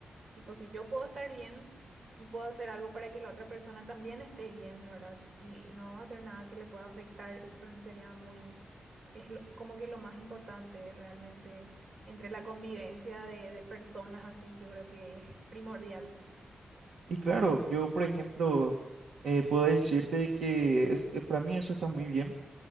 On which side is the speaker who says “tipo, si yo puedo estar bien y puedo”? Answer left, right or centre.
Right